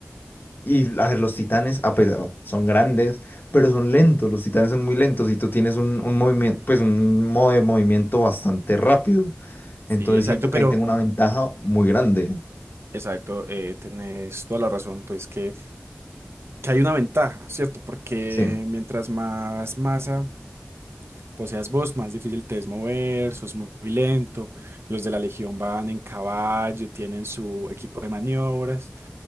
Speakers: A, on the left; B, on the right.
A: y a ver, los titanes, a pesar, son grandes, pero son lentos, los titanes son muy lentos y tú tienes un, un movimiento, pues un modo de movimiento bastante rápido. Entonces
B: Sí, exacto,
A: siento que
B: pero
A: ahí tengo una ventaja muy grande.
B: exacto, eh, tenés toda la razón, pues que, que hay una ventaja, ¿cierto? Porque
A: Sí.
B: mientras más masa poseas vos, más difícil te es mover, sos muy lento, los de la Legión van en caballo, tienen su equipo de maniobras,